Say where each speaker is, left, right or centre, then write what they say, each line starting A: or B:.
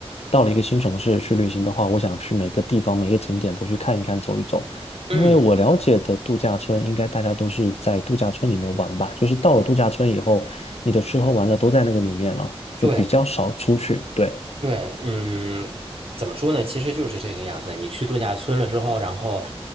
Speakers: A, on the left; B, on the right.
A: 到了一个新城市去旅行的话，我想去每个地方每个景点都去看一看走一走，
B: 嗯，
A: 因为我了解的度假村，应该大家都是在度假村里面玩吧，就是到了度假村以后，你的吃喝玩乐都在那个里面了，就比较少出去，
B: 对
A: 对。
B: 对，嗯，怎么说呢？其实就是这个样子。你去度假村了之后，然后